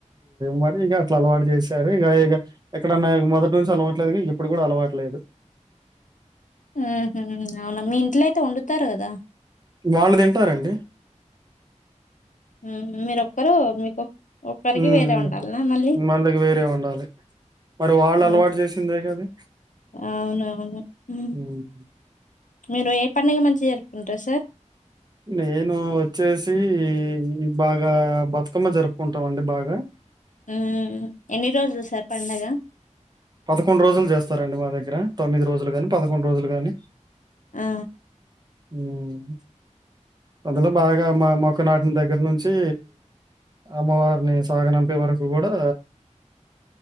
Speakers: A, on the right; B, on the left.
A: మరి ఇగ అట్ల అలవాటు చేశారు ఇగ ఇగ ఎక్కడన్నా మొదటి నుంచి అలవాట్లేని ఇప్పుడు గూడా అలవా ట్లేదు
B: మ్ హు అవునా మీ ఇంట్లో అయితే వండుతారు గదా
A: వాళ్ళుదింటారండి
B: మ్ హు మీరొక్కరు మీకు ఒక్ ఒక్కరికి
A: హ్మ్.
B: వేరే వండాల్నా మళ్ళీ
A: ఇక వేరే వండాలి. మరి వాళ్ళు
B: ఉహ్
A: అలవాటు చేసిందే గా అది
B: అవునవును హ్మ్మ్
A: హ్మ్.
B: మీరు ఏ పండగ మంచిగ జరుపుకుంటరు సార్
A: నేనూ వచ్చేసి ఇ బాగా బతుకమ్మ జరుపుకుంటాం అండి బాగా
B: మ్ ఎన్ని రోజులు సార్ పండగ
A: పదకొండు రోజులు చేస్తారండి మా దగ్గర తొమ్మిది రోజులు గాని పదకొండు రోజులు గాని
B: ఆ
A: హ్మ్ పొదలు బాగా మా మొక్క నాటిన్ దగ్గర్ నుంచి అమ్మవార్ ని సాగనంపే వరకు గూడా